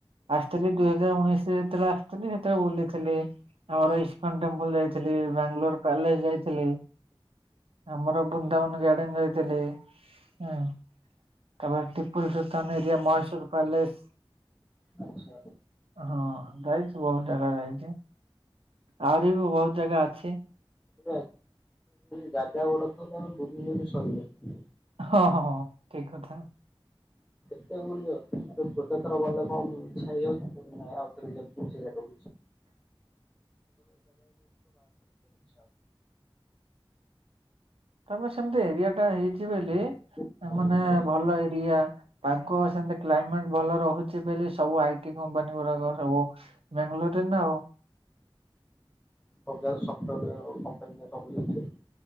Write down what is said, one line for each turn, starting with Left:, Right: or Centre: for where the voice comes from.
Right: ଆସିଥିଲି ଦୁଇ ହଜାର ଉଣେଇଶରେ ଯେତେବେଳେ ଆସିଥିଲି ସେତେବେଳେ ବୁଲିଥିଲି। ଆମର ଇସ୍କନ ଟେମ୍ପଲ ଯାଇଥିଲି ବାଙ୍ଗାଲୋର ପ୍ୟାଲେସ ଯାଇଥିଲି। ଆମର ବୃନ୍ଦାବନ ଗାଡେନ ଯାଇଥିଲି ହୁଁ। ତାପରେ ଟିପୁଲ ସୁଲତାନ ଏରିଆ ମହେଶୁର ପ୍ୟାଲେସ।
Centre: ଆଛା
Right: ହଁ ଯାଇଛି ବହୁତ ଜାଗା ଯାଇଛି। ଆହୁରି ବି ବହୁତୁ ଜାଗା ଅଛି
Centre: <unintelligible> ଯାଗା ଗୁଡାକ ତମେ ବୁଲି ଲେ ବି ସରିବନି
Right: ହଁ ହଁ ହ ଠିକ କଥା
Centre: କେତେ ବୁଲିବ ଗୋଟେଥର ଗଲେ କଣ ଇଚ୍ଛା ହେଇଯାଉଛି ପୁଣି ଆଉଥରେ ଯିବାକୁ ସେଇ ଜାଗା- <unintelligible>
Right: ତମେ ସେମିତି ଏରିଆ ଟା ହେଇଛି ବୋଲି
Centre: ହଉନି।
Right: ମାନେ ଭଲ ଏରିଆ ପାଗ ସେମିତି କ୍ଲାଇମେଟ ଭଲ ରହୁଛି ବୋଲି ସବୁ ଆଇଟି କମ୍ପାନୀ ଗୁଡାକ ସବୁ ବେଙ୍ଗେଲୋରରେ ନା ଆଉ
Centre: ସବୁ ଜାଗା ରେ ସଫ୍ଟୱର କମ୍ପାନୀରେ। <unintelligible>